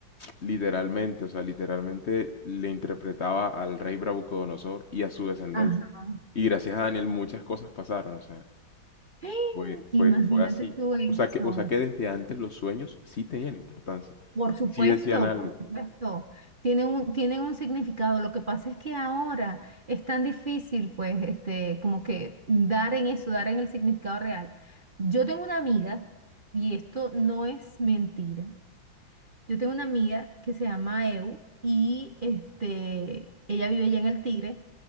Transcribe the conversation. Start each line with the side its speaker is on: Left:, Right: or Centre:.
Left: Literalmente, o sea, literalmente le interpretaba al rey Nabucodonosor y a su descendencia.
Right: Ajá.
Left: Y gracias a Daniel muchas cosas pasaron, o sea,
Right: ¡Ay! <gasps>
Left: fue, fue,
Right: Imagínate
Left: fue así.
Right: tú eso.
Left: O sea que, o sea que desde antes los sueños sí tenían importancia,
Right: Por supuesto,
Left: sí decían algo.
Right: por supuesto. Tienen un, tienen un significado. Lo que pasa es que ahora es tan difícil, pues, este, como que dar en eso, dar en el significado real. Yo tengo una amiga, y esto no es mentira. Yo tengo una amiga que se llama Eu, y este, ella vive allá en El Tigre,